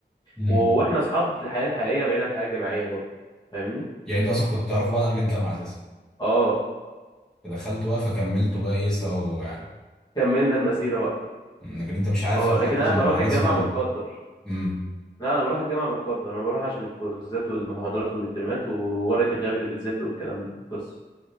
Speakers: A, in the centre; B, on the left.
A: امم
B: و- واحنا اصحاب في الحياه الحقيقيه بعيد عن الحياه الجامعيه برضه فاهمني
A: يعني انت اصلا كنت تعرفوا بعض قبل الجامعه اساسا
B: اه
A: فدخلتوا بقى فكملتوا بقى ايه سوا جوه يعني
B: كملنا المسيره بقى
A: لكن انت مش عارف
B: اه
A: تتأقلم
B: لكن انا بروح
A: مع ناس
B: الجامعه
A: جوه
B: متقدر
A: امم
B: لا انا بروح الجامعه متقدر انا بروح عشان الكوزات والمحاضرات والمترمات وورقه الغياب اللي بتزل والكلام ده بس